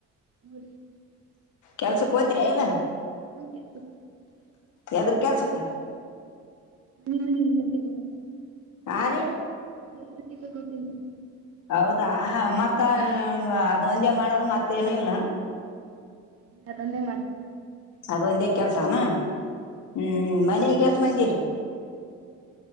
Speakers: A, on the right (about 50°); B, on the left (about 75°).
A: ಹ್ಮ
B: ಕೆಲ್ಸಕ್ ಹೋಯತರ ಇಲ್ಲ
A: ಕೆ
B: ಯದ್ರ ಕೆಲ್ಸಕ್ಕ
A: ಮ ಮಿ ನಿದತ ಕಪತ
B: ಆ ರೀ
A: ನಟಕ್ಕ ಕೊತೀನಿ
B: ಹೌದಾ ಮತ್ತ ಅದ್ ಒಂದೇ ಮಾಡದು ಮತ್ತ ಏನು ಇಲ್ಲ
A: ಇ ತಂದೆ ಮಾಡ್ತಾರೆ
B: ಅದು ಒಂದೇ ಕೆಲ್ಸನಾ ಹ್ಮ್ ಮನೆಗೆ ಎಸ ಮಂದಿರಿ